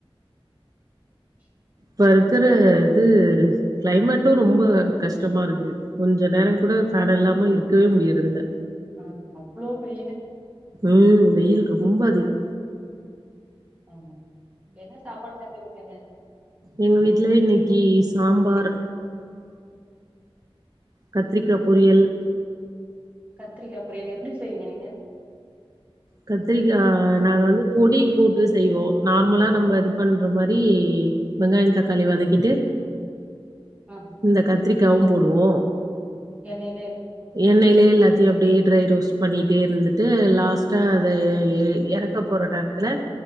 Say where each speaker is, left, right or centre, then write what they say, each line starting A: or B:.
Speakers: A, on the right; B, on the right.
A: <inaudible>
B: இப்ப இருக்குற இது கிளைமேட்டு ரொம்ப கஷ்டமா இருக்கு கொஞ்ச நேரொ கூட ஃபேனில்லாம இருக் கவே முடியறதுல்ல
A: ஆ அவ்ளோ வெயிலு
B: ம் வெயில் ரொம்ப அதிகொ
A: ஆமா என்ன சாப்பாடு செஞ்சி குடுத்திங்க
B: எங்க வீட்ல இன்னைக்கி சாம்பார் கத்ரிக்கா பொரியல்
A: கத்ரிக்கா பொரியல் எப்டி செய்விங்க நீங்க
B: கத்ரிக்கா நாங்க வந்து பொடி போட்டு செய்வோ நார்மலா நம்ம இது பண்ற மாரி வெங்காயொ தக்காளி வதக்கிட்டு
A: ஆ
B: இந்த கத் த்ரிக்காவு போடுவோ
A: எண்ணைலே எல்லா
B: எண்ணைலே எல்லாத்தயு அப்டீ ட்ரை ரோஸ்ட் பண்ணிட்டே இருந்துட்டு லாஸ்ட் டா அத எ எ எறக்க போற நேரத்துல